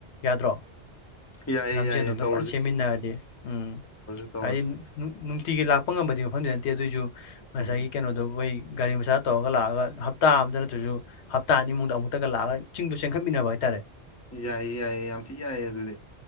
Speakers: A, on the left; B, on the left.
A: ꯌꯥꯗ꯭ꯔꯣ
B: ꯌꯥꯏꯌꯦ
A: ꯂꯝꯖꯦꯜꯗꯣ
B: ꯌꯥꯏꯌꯦ
A: ꯑꯝꯇꯪ
B: ꯇꯧ
A: ꯁꯦꯝꯃꯤꯟꯅꯔꯗꯤ ꯎꯝ
B: ꯇꯧꯔꯁꯦ
A: ꯍꯥꯏꯗꯤ ꯅꯨꯡꯇꯤꯒꯤ ꯂꯥꯛꯄ ꯄꯛꯄ ꯉꯝꯕꯗꯤ ꯃꯐꯝꯗꯤ ꯅꯠꯇꯦ ꯑꯗꯨꯑꯣꯏꯁꯨ ꯉꯁꯥꯏꯒꯤ
B: ꯎꯝ
A: ꯀꯩꯅꯣꯗꯣ ꯑꯩꯈꯣꯏ ꯒꯥꯔꯤ ꯃꯆꯥ ꯇꯧꯔꯒ ꯂꯥꯛꯑꯒ ꯍꯞꯇꯥ ꯑꯃꯗ ꯅꯠꯇ꯭ꯔꯁꯨ ꯍꯞꯇꯥ ꯑꯅꯤꯃꯨꯗ ꯑꯃꯨꯛꯇꯒ ꯂꯥꯛꯑꯒ ꯆꯤꯡꯗꯣ ꯆꯦꯟꯈꯠꯃꯤꯟꯅꯕ ꯍꯥꯏꯇꯥꯔꯦ
B: ꯌꯥꯏꯌꯦ ꯌꯥꯏꯌꯦ ꯌꯥꯝ ꯊꯤ ꯌꯥꯏꯌꯦ ꯑꯗꯨꯗꯤ